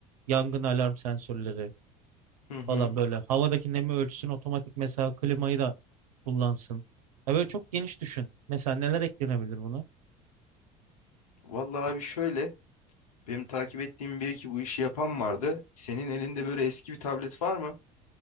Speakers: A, on the right; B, on the left.
A: yangın alarm sensörleri
B: Hı hı.
A: falan böyle. Havadaki nemi ölçsün, otomatik mesela klimayı da kullansın. Ya böyle çok geniş düşün. Mesela neler eklenebilir buna?
B: Vallahi abi şöyle Benim takip ettiğim bir iki bu işi yapan vardı. Senin elinde böyle eski bir tablet var mı?